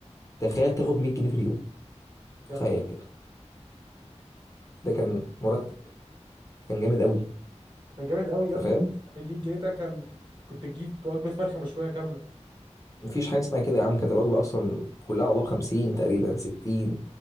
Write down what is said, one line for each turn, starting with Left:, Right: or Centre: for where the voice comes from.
Left: تخيل تاخد 100 جنيه في اليوم تخيل
Right: يا نهار
Left: كده ده كان مرتب كان جامد قوي
Right: كان جامد قوي
Left: انت
Right: يا ابني
Left: فاهم
Right: ال 100 جنيه ده كان كنت تجيب وجبه فرخه مشويه كامله
Left: مفيش حاجه اسمها كده يا عم كانت الوجبه اصلا كلها والله ب 50 تقريبا 60